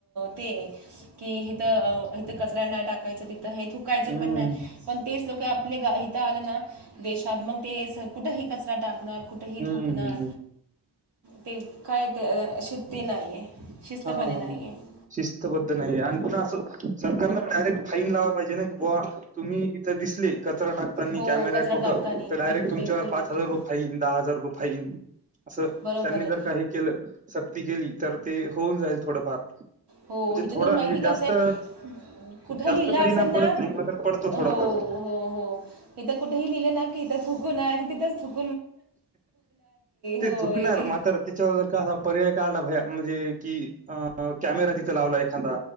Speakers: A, on the right; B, on the right.
A: ते की इथं कचरा नाय टाकायचं तिथं हे थुकायचं
B: हं,
A: पण नाही पण तेच लोक आपले हित आलं ना देशात मग ते कुठेही कचरा टाकणार कुठेही
B: हं,
A: थुकणार
B: हं, हं.
A: ते काय ते शिती नाही आहे. शिस्तपणे
B: हा हा
A: नाही
B: ह
A: आहे
B: शिस्तबद्ध नाही आणि अस सरकार डायरेक्ट फाईन लावायं पाहिजे ना बुवा तुम्ही इथं दिसले कचरा टाकतानी
A: हो
B: कॅमेरा
A: कचरा
B: कुठं
A: टाकता नाही
B: तर डायरेक्ट
A: बिल-
B: तुमच्यावर
A: बिलकुल
B: पाच
A: बिलकुल
B: हजार रुपये फाईन दहा हजार रुपये फाईन असं
A: बरोबर
B: त्यांनी
A: आहे
B: जर काही केलं सक्ती केली तर ते होऊन जाईल थोडंफार
A: हो
B: म्हणजे
A: हिथ
B: थोडा
A: तर माहिती
B: म्हणजे
A: कसं
B: जास्त
A: आहे कुठ लिहिलं
B: जास्त परिणाम
A: असल ना
B: पडत नाही मात्र पडतो थोडाफार.
A: हो हो हो इथं कुठेही लिहिलं ना की इथ थू- -कु नये तिथच -
B: ते
A: हो
B: थुकणार
A: ए- ए-
B: मात्र त्याच्यावर जर कायं पर्याय काढला भया म्हणजे कि अ कॅमेरा तिथं लावला एखादा